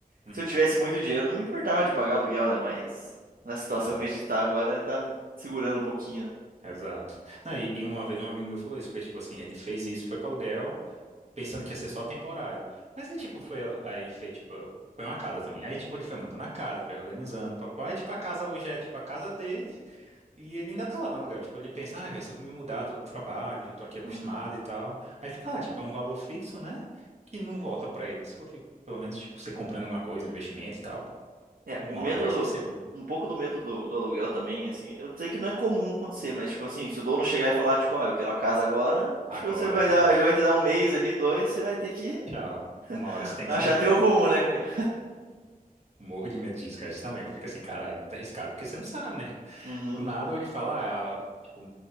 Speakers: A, on the right; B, on the right.
A: Uhum.
B: se eu tivesse muito dinheiro, não me importava de pagar aluguel, né? Mas na situação
A: É,
B: que a gente tá agora, tá me segurando um pouquinho, né?
A: exato. Não, e, e uma vez um amigo meu falou isso, porque, tipo assim, ele fez isso, foi para aluguel, pensando que ia ser só temporário. Mas aí, tipo, foi, aí fez, tipo, foi uma casa também. Aí, tipo, ele foi montando a casa, foi organizando, papai, e, tipo, a casa hoje é, tipo, a casa dele, E ele ainda tá lá no aluguel. Tipo, ele pensa, ah, velho, se eu me mudar, todo trabalho, já tô aqui acostumado
B: Uhum.
A: e tal. Aí fica lá, tipo, é um valor fixo, né? Que não volta pra ele. Isso que eu fico, pelo menos, tipo, você comprando alguma coisa, um investimento e tal,
B: É,
A: uma
B: o medo,
A: hora vai ser seu, né?
B: um pouco do medo do, do aluguel também, assim, eu sei que não é comum acontecer, mas tipo assim, se o dono chegar e falar, tipo, ah, eu quero a casa agora,
A: Agora,
B: tipo, você vai dar,
A: é,
B: ele vai te dar um mês ali, dois, você vai ter que
A: tchau. Uma hora
B: <laughs>
A: você tem
B: achar
A: que sair,
B: teu
A: é.
B: rumo, né, cara?
A: Eu morro de medo disso, cara. Isso também. Eu fico assim, cara, é muito arriscado. Porque você não sabe, né?
B: Uhum,
A: Do nada, ou ele fala, ah, tipo,